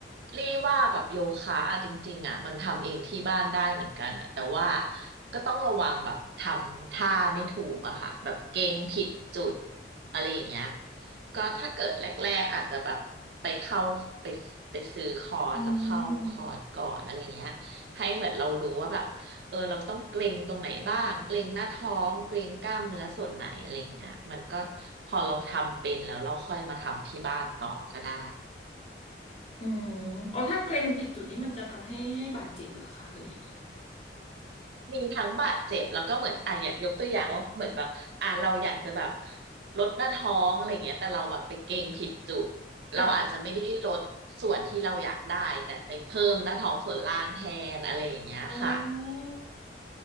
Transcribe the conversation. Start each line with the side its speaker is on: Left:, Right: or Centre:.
Right: ลี่ว่าแบบโยคะอะจริงๆอ่ะมันทำเองที่บ้านได้เหมือนกันอ่ะแต่ว่าก็ต้องระวังแบบทำท่าไม่ถูกอะค่ะแบบเกร็งผิดจุดอะไรอย่างเงี้ยก็ถ้าเกิดแรกๆอาจจะแบบไปเข้าไปไปซื้อคอร์สแล้วเข้าคอร์สก่อนอะไรเงี้ยให้เหมือนเรารู้ว่าแบบ
Left: อืม
Right: เออเราต้องเกรงตรงไหนบ้างเกรงหน้าท้องเกรงกล้ามเนื้อส่วนไหนอะไรอย่างเงี้ยมันก็พอเราทำเป็นแล้วเราค่อยมาทำที่บ้านต่อก็ได้
Left: อืมอ๋อถ้าเกร็งผิดจุดนี้มันจะทำให้ให้บาดเจ็บเหรอคะหรือยังไง
Right: มีทั้งบาดเจ็บแล้วก็เหมือนอ่ะอยากยกตัวอย่างว่าเหมือนแบบอ่ะเราอยากจะแบบลดหน้าท้องอะไรเงี้ยแต่เราแบบไปเกรงผิดจุดเราอาจจะไม่ได้ลดส่วนที่เราอยากได้แต่ไปเพิ่มหน้าท้องส่วนล่างแทนอะไรอย่างเงี้ยค่ะ
Left: อ่ะอ๋ออ๋อ